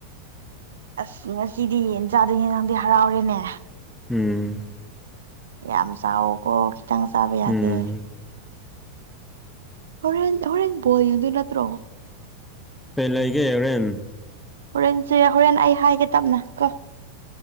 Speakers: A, on the right (about 65°); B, in the centre.
A: ꯑꯁ ꯉꯁꯤꯗꯤ ꯌꯦꯟ ꯆꯥꯗꯨꯢꯅꯤꯅ ꯅꯪꯗꯤ ꯍꯔꯥꯎꯔꯦꯅꯦ
B: ꯎꯝ
A: ꯌꯥꯝ ꯆꯥꯎꯀꯣ ꯈꯤꯇꯪ ꯆꯥꯕ ꯌꯥꯗꯦ
B: ꯎꯝ
A: ꯍꯣꯔꯦꯟ ꯍꯣꯔꯦꯟ ꯕꯣꯜ ꯌꯦꯟꯗꯨꯢ ꯅꯠꯇ꯭ꯔꯣ
B: ꯀꯩ ꯂꯩꯒꯦ ꯍꯣꯔꯦꯟ
A: ꯍꯣꯔꯦꯟꯁꯦ ꯍꯣꯔꯦꯟ ꯑꯩ ꯍꯥꯏꯒꯦ ꯇꯞꯅ ꯀꯣ